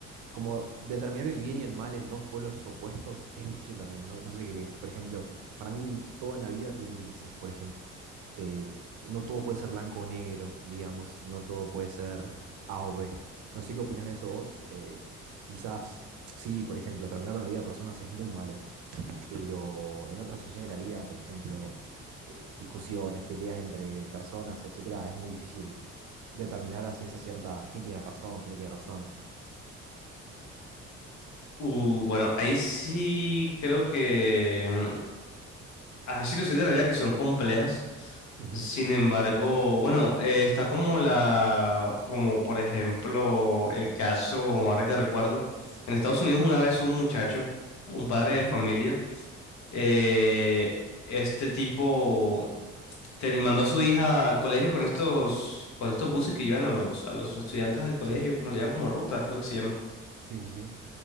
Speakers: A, on the right; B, on the left.
A: como determinar el bien y el mal en dos polos opuestos es difícil también, ¿no? No sé si crees. Por ejemplo, para mí todo en la vida tiene grises, por ejemplo. eh, no todo puede ser blanco o negro, digamos, no todo puede ser A o B. No sé qué opinas de eso vos. eh, quizás, sí, por ejemplo, terminar con la vida de personas es muy malo, pero en otras situaciones de la vida, por ejemplo, eh, discusiones, peleas entre personas, etcétera, es muy difícil determinar a ciencia cierta quién tiene razón, quién no tiene razón.
B: Uh, bueno, ahí sí creo que mm, hay situaciones de la vida que son complejas.
A: Ujú,
B: Sin embargo, bueno, eh, está como la, como por ejemplo el caso, ahora que recuerdo, en Estados Unidos una vez un muchacho, un padre
A: ujú,
B: de familia, eh, este tipo te- mandó a su hija al colegio con estos, con estos buses que llevan a los, a los estudiantes al colegio,
A: Sí,
B: como le llaman, como rutas, creo que se llaman.
A: sí, sí, sí.